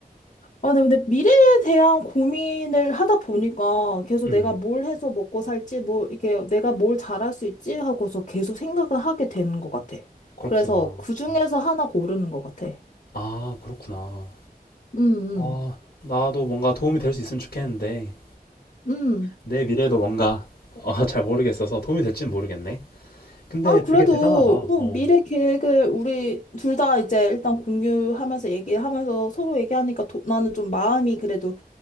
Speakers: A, on the left; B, on the left.
A: 아, 나 근데 미래에 대한 고민을 하다 보니까 계속
B: 음,
A: 내가 뭘 해서 먹고 살지, 뭐, 이렇게 내가 뭘 잘할 수 있지 하고서 계속 생각을 하게 되는 것 같아.
B: 그렇구나.
A: 그래서 그 중에서
B: 음.
A: 하나 고르는 것 같아.
B: 아 그렇구나.
A: 음,
B: 어, 나도 뭔가 도움이 될 수 있으면 좋겠는데,
A: 음, 음.
B: 내 미래도 뭔가, 어, <laughs> 잘 모르겠어서 도움이 될지는 모르겠네. 근데
A: 아, 그래도,
B: 되게 대단하다.
A: 어,
B: 어,
A: 미래 계획을 우리 둘 다 이제 일단 공유하면서 얘기하면서 서로 얘기하니까 도- 나는 좀 마음이 그래도,